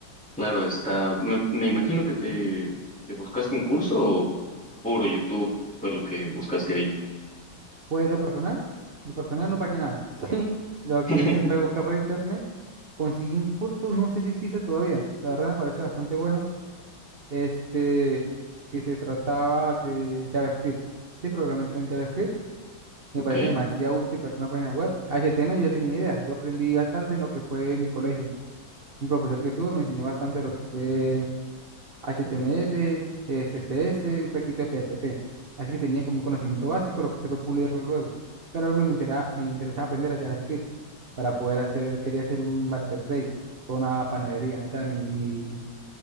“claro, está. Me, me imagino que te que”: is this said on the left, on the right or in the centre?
Centre